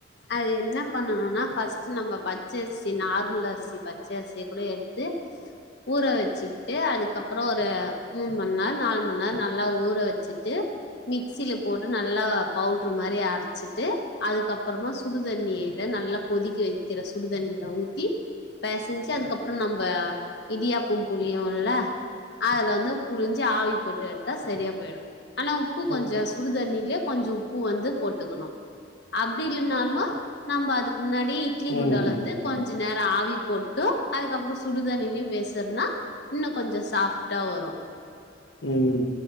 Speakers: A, on the left; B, on the left.
A: அது என்ன பண்ணனும்னா ஃபஸ்ட் நம்ம பச்சை அரிசி நார்மல் அரிசி பச்சை அரிசியை கூட எடுத்து ஊற வச்சுக்கிட்டு அதுக்கப்புறம் ஒரு மூணு மணி நேரம் நாலு மணி நேரம் நல்லா ஊற வச்சுட்டு மிக்சில போட்டு நல்லா பவுட்ரு மாதிரி அரைச்சிட்டு அதுக்கப் அப்புறமா சுடுதண்ணியில நல்லா கொதிக்க வைக்கிற சுடுதண்ணியில் ஊத்தி பிசைஞ்சு அதுக்கப்புறம் நம்ம இடியாப்பம் புழியும் இல்ல அதுல வந்து புழிஞ்சு ஆவி போட்டு எடுத்தா சரியா போயிடும் ஆனா உப்பு
B: ம்,
A: கொஞ்சம் சுடுதண்ணியிலயே கொஞ்சம் உப்பு வந்து போட்டுக்கணும் ப்படி இல்லைனாலும் நம்ம அதுக்கு முன்னாடிே இட்லி
B: ம்,
A: குண்டால இருந்து கொஞ்சம் கொஞ்ச நேரம் ஆவி போட்டு அதுக்கப்புறம் சுடுதண்ணிலயும் பெசறுன்னா இன்னும் கொஞ்சம் சாஃப்ட்டா வரும்
B: உம்